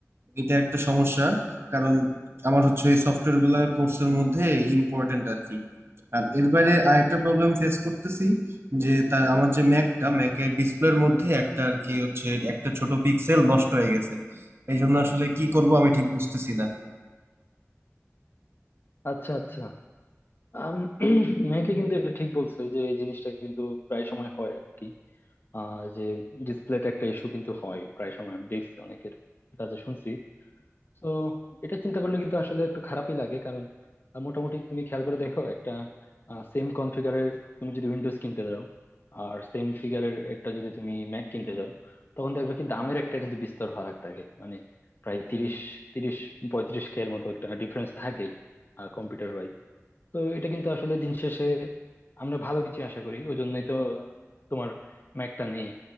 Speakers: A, on the right; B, on the left.
A: এটা একটা সমস্যা কারণ আমার হচ্ছে ওই সফটওয়্যার গুলা কোর্সের মধ্যে ইম্পর্টেন্ট আর কি আর এর বাইরে আরেকটা প্রবলেম ফেস করতেছি যে তার আমার যে ম্যাকটা ম্যাকের ডিসপ্লের মধ্যে একটা আর কি হচ্ছে একটা ছোট পিক্সেল নষ্ট হয়ে গেছে এই জন্য আসলে কি করব আমি ঠিক বুঝতেছি না
B: আচ্ছা আচ্ছা আম, <clears throat> ম্যাকে কিন্তু এটা ঠিক বলছো এই যে এই জিনিসটা কিন্তু প্রায় সময় হয় আর কি আহ যে ডিসপ্লেতে একটা ইস্যু কিন্তু হয় প্রায় সময় আমি দেখছি অনেকের কাছে শুনছি তো এটা চিন্তা করলে কিন্তু আসলে একটু খারাপই লাগে কারণ আহ, মোটামুটি তুমি খেয়াল করে দেখো একটা সেম কনফিগারের তুমি যদি উইন্ডোজ কিনতে যাও আর সেম ফিগারের একটা যদি তুমি ম্যাক কিনতে যাও তখন দেখবে কি দামের একটা কিন্তু বিস্তর ফারাক থাকে মানে প্রায় তিরিশ তিরিশ পঁয়ত্রিশ কে এর মতো একটা ডিফারেন্স থাকেই কম্পিউটার ওয়াইজ তো এটা কিন্তু আসলে দিন শেষে আমরা ভালো কিছু আশা করি ওই জন্যই তো তোমার ম্যাকটা নেই